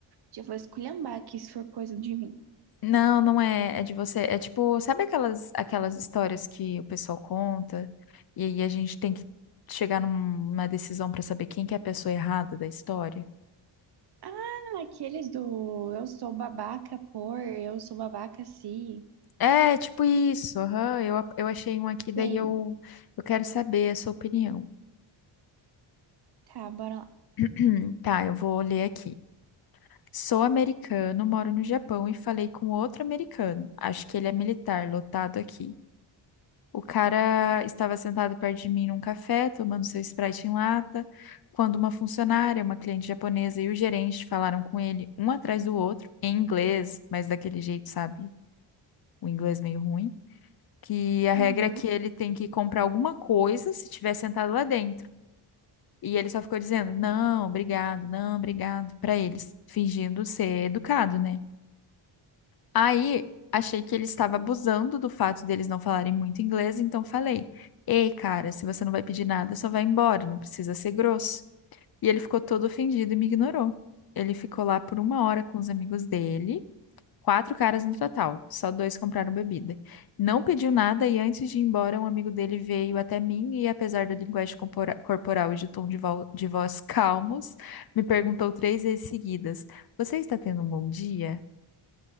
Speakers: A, on the right; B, on the left.
A: Já vou esculhambar aqui se for coisa de mim.
B: Não, não é, é de você. É tipo, sabe aquelas, aquelas histórias que o pessoal conta e aí a gente tem que chegar numa decisão pra saber quem que é a pessoa errada da história?
A: Ah, aqueles do eu sou babaca por, eu sou babaca se.
B: É, tipo isso. aham, eu, eu achei um aqui, daí
A: Sei.
B: eu, eu quero saber a sua opinião.
A: Tá, bora lá.
B: <clears throat> Tá, eu vou ler aqui. Sou americano, moro no Japão e falei com outro americano. Acho que ele é militar, lotado aqui. O cara estava sentado perto de mim num café, tomando seu Sprite em lata, quando uma funcionária, uma cliente japonesa e o gerente falaram com ele, um atrás do outro, em inglês, mas daquele jeito, sabe? O inglês meio ruim. Que a regra
A: Uhum,
B: é que ele tem que comprar alguma coisa se estiver sentado lá dentro. E ele só ficou dizendo, não, obrigado, não, obrigado, pra eles, fingindo ser educado, né? Aí achei que ele estava abusando do fato deles não falarem muito inglês, então falei, ei, cara, se você não vai pedir nada, só vai embora, não precisa ser grosso. E ele ficou todo ofendido e me ignorou. Ele ficou lá por uma hora com os amigos dele. Quatro caras no total, só dois compraram bebida. Não pediu nada e antes de ir embora, um amigo dele veio até mim e, apesar da linguagem compora- corporal e de tom de, vo- de voz <laughs> calmos, me perguntou três vezes seguidas: Você está tendo um bom dia?